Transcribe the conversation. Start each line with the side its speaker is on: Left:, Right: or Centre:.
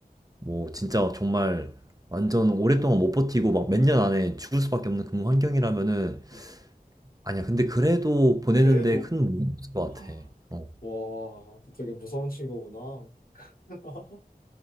Right: 뭐 진짜 정말 완전 오랫동안 못 버티고 막 몇 년 안에 죽을 수밖에 없는 근무 환경이라면은
Left: 음.
Right: 아니야. 근데 그래도 보내는데
Left: 그래도,
Right: 큰 무리는 없을 것
Left: <gasps> 아,
Right: 같아. 어,
Left: 와, 너 되게 무서운 친구구나. <laughs>